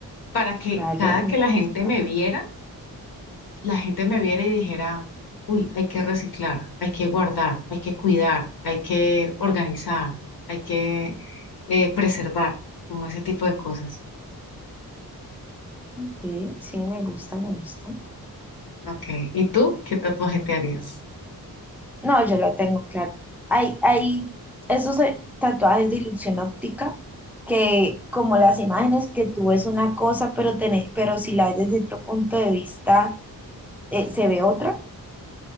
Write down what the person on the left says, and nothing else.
para que
cada
que la gente
me viera, la gente me viera y dijera, uy, hay que reciclar, hay que guardar, hay que cuidar, hay que organizar, hay que eh, preservar, como ese tipo de cosas.
Ok, ¿y tú qué tatuaje te harías?